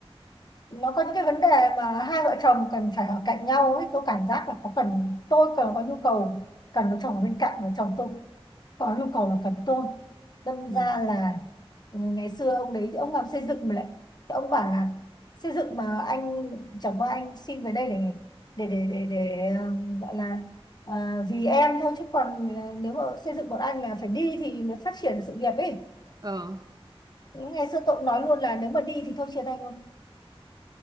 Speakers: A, on the left (about 45°); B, on the right (about 40°).
A: nó có những cái vấn đề mà hai vợ chồng cần phải ở cạnh nhau ấy tôi cảm giác là có cần tôi cần có nhu cầu cần có chồng ở bên cạnh với chồng tôi có nhu cầu là cần tôn đâm
B: Ừ.
A: ra là ừ, ngày xưa ông đấy ông làm xây dựng mà lại ông bảo là xây dựng mà anh chẳng qua anh xin về đây để để để để, để ờ, gọi là ờ, vì em thôi chứ còn ờ, nếu mà xây dựng bọn anh là phải đi thì mới phát triển được sự nghiệp ấy
B: ờ ừ.
A: ngày xưa tôi nói luôn là nếu mà đi thì thôi chia tay luôn